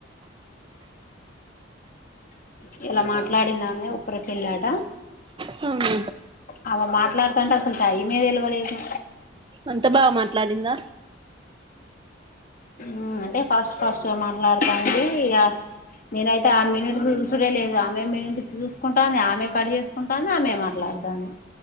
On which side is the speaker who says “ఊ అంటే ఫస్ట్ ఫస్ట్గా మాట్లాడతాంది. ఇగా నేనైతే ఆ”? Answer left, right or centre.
Left